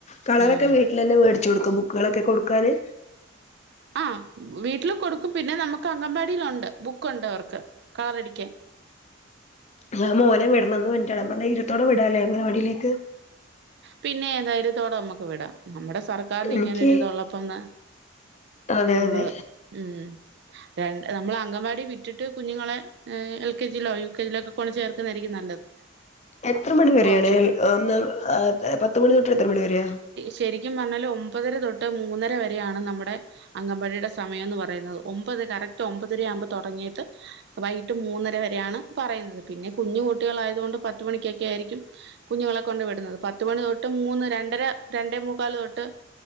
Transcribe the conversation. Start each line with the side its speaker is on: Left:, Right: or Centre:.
Left: കളറൊക്കെ
Right: ഉം
Left: വീട്ടിലെന്നെ മേടിച്ചൊടുക്കോ ബുക്ക്ലോക്കെ കൊടുക്കാന്
Right: ആഹ് വീട്ടിൽ കൊടുക്കും പിന്നെ നമ്മക്ക് അംഗൻവാടീലൊണ്ട് ബുക്കൊണ്ട് അവർക്ക് കളറടിക്കാൻ
Left: ഞാൻ മോനെ വിടണന്ന് വേണ്ടിട്ടാണ് ധൈരത്തോടെ വിടാലെ അംഗനവാടിലേക്ക്
Right: പിന്നെ ധൈര്യത്തോടെ നമ്മക്ക് വിടാ നമ്മടെ സർക്കാറ്
Left: എനിക്ക്
Right: ഇങ്ങനൊരു ഇതൊള്ളപ്പന്ന്
Left: അതെ
Right: മ്മളെ
Left: അതെ
Right: ഉം രണ്ട് നമ്മള് അംഗനവാടി വിട്ടിട്ട് കുഞ്ഞുങ്ങളെ എൽ കെ ജിയിലോ യുകെ ജിയിലോ ഒക്കെ കൊണ്ട് ചേർക്കുന്നതായിരിക്കും നല്ലത്.
Left: എത്ര മണിവരെണ്
Right: അപ്പൊ കൊറച്ച്
Left: ഒന്ന് അ പത്ത് മണി തൊട്ട് എത്രമണി വരേയ
Right: ശെരിക്കും പർഞ്ഞാല് ഒമ്പതര തൊട്ട് മൂന്നര വരെയാണ് നമ്മടെ അംഗവാടിയുടെ സമയംന്ന് പറയുന്നത് ഒമ്പത് കറക്റ്റ് ഒമ്പതര ആവുമ്പോ തൊടങ്ങീട്ട് വൈകീട്ട് മൂന്നര വരെയാണ് പറയുന്നത് പിന്നെ കുഞ്ഞു കുട്ടികൾ ആയതോണ്ട് പത്തുമണിക്കൊക്കെ ആയിരിക്കും കുഞ്ഞുങ്ങളെ കൊണ്ട് വിടുന്നത് പത്ത് മണി തൊട്ട് മൂന്നര, രണ്ടര രണ്ടേമൂക്കാല് തൊട്ട്